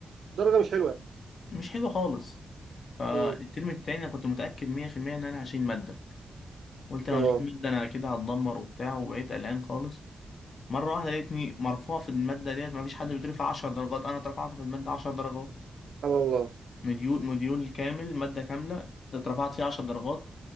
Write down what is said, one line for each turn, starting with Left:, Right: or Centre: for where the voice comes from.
Right: درجه مش حلوه
Left: مش حلو خالص فالترم
Right: امم
Left: التاني انا كنت متاكد 100% ان انا هشيل ماده قلت انا
Right: اه
Left: هشيل ماده انا كده هتدمر وبتاع وبقيت قلقان خالص مره واحده لقيتني مرفوع في الماده ديت مفيش حد بيترفع 10 درجات انا اترفعت في الماده 10 درجات
Right: سبحان الله
Left: مديول مديول كامل ماده كامله اترفعت فيها 10 درجات